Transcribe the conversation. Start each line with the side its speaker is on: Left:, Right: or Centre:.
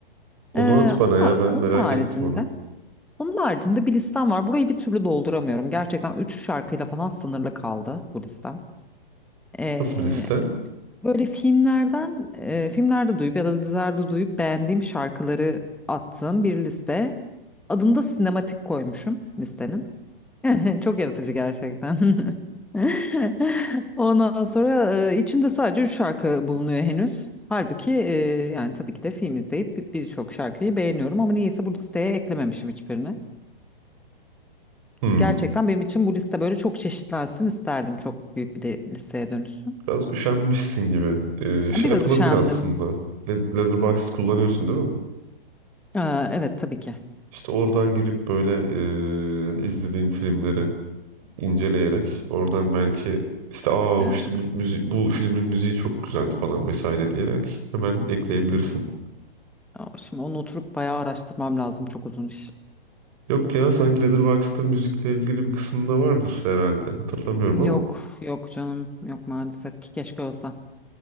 Right: Onu
Centre: Ee,
Right: at bana
Centre: onun,
Right: ya,
Centre: da-
Right: ben
Centre: onun
Right: merak
Centre: haricinde
Right: ettim onu.
Centre: onun haricinde bir listem var. Burayı bir türlü dolduramıyorum. Gerçekten 3 şarkıyla falan sınırlı kaldı bu listem. Ee,
Right: Nasıl bir liste?
Centre: böyle filmlerden e, filmlerde duyup ya da dizilerde duyup beğendiğim şarkıları attığım bir liste. Adını da sinematik koymuşum listenin. <laughs> Çok yaratıcı gerçekten. <laughs> Ondan sonra e, içinde sadece 3 şarkı bulunuyor henüz. Halbuki e, yani tabii ki de film izleyip bir- birçok şarkıyı beğeniyorum ama niyeyse bu listeye eklememişim hiçbirini.
Right: Hmm,
Centre: Gerçekten benim için bu liste böyle çok çeşitlensin isterdim. Çok büyük bir de listeye dönüşsün.
Right: biraz üşenmişsin gibi. Ee, şey
Centre: Biraz
Right: yapılabilir
Centre: üşendim.
Right: aslında. Le- Letterboxd kullanıyorsun değil mi?
Centre: Ee, evet tabii ki.
Right: İşte oradan girip böyle e, izlediğin filmleri inceleyerek oradan belki işte aa
Centre: Ee,
Right: işte bu müzi bu filmin müziği çok güzeldi falan vesaire diyerek hemen ekleyebilirsin.
Centre: Hmm. ya şimdi onu oturup bayağı araştırmam lazım. Çok uzun iş.
Right: Yok ya sanki Letterboxd'da müzikle ilgili bir kısımda vardır herhalde. Hatırlamıyorum
Centre: Yok
Right: ama
Centre: yok canım yok maalesef ki keşke olsa.